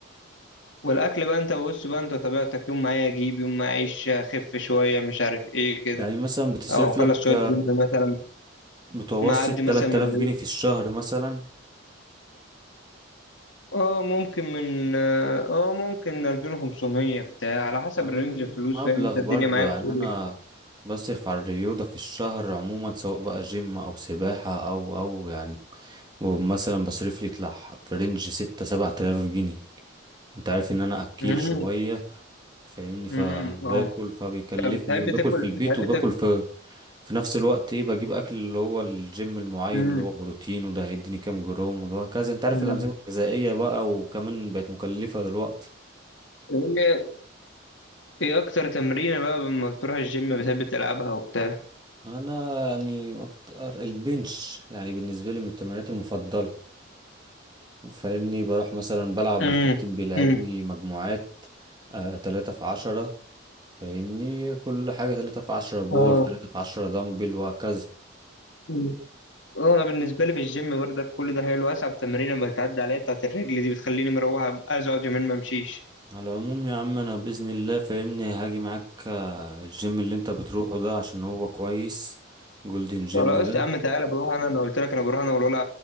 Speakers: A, on the left; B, on the right.
A: والأكل بقى أنت بص بقى أنت طبيعتك يوم معايا أجيب يوم معايا أعيش أخف شوية مش عارف إيه كده
B: يعني مثلا بتصرف
A: أو أخلص
B: لك
A: شوية جيم مثلا
B: متوسط
A: معدي مثلا
B: 3000
A: من
B: جنيه في الشهر مثلا
A: اه ممكن من اه آه، ممكن 2500 بتاع على حسب
B: اه،
A: الرينج الفلوس
B: مبلغ
A: فاهم انت الدنيا
B: برضو
A: معايا
B: يعني
A: بتقول
B: انا
A: ايه
B: بصرف على الرياضة في الشهر عموما سواء بقى جيم او سباحة او او يعني ومثلا بصرف لي يطلع في رينج ستة سبعة آلاف جنيه انت عارف ان انا اكيل
A: امم
B: شوية فاهمني فباكل
A: امم اه
B: فبيكلفني
A: طب بتحب
B: وباكل
A: تاكل
B: في البيت
A: بتحب
B: وباكل
A: تاكل
B: في في نفس الوقت ايه بجيب اكل اللي هو الجيم المعين
A: امم
B: اللي هو بروتين وده هيديني كام جرام وده كذا انت عارف
A: أمم.
B: الانظمه الغذائيه بقى وكمان بقت مكلفه دلوقتي
A: ايه ايه اكتر تمرينة بقى لما بتروح الجيم بتحب تلعبها وبتاع
B: انا يعني اكتر البنش يعني بالنسبه لي من التمارين المفضله فاهمني بروح مثلا بلعب
A: امم
B: الكابتن بيلعبني
A: امم
B: مجموعات آه تلاتة في عشرة فاهمني كل حاجة تلاتة في عشرة بور
A: اه
B: تلاتة في عشرة دمبل وهكذا
A: أمم. اه انا بالنسبه لي في الجيم برضك كل ده حلو اصعب تمرينه بتعدي عليا بتاعت الرجل دي بتخليني مروحه أبقى عايز اقعد يومين ما امشيش
B: على العموم يا عم انا باذن الله فاهمني هاجي معاك آه، الجيم اللي انت بتروحه ده عشان هو كويس جولدن جيم
A: خلاص
B: ده
A: يا عم تعالى بروح انا انا قلت لك انا بروح انا والولا